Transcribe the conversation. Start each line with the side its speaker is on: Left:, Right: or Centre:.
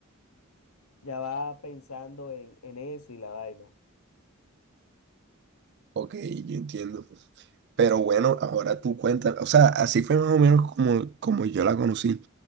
Left: ya va pensando en, en eso y la vaina.
Right: ok, yo entiendo. Pero bueno, ahora tú cuentas, o sea, así fue más o menos como, como yo la conocí.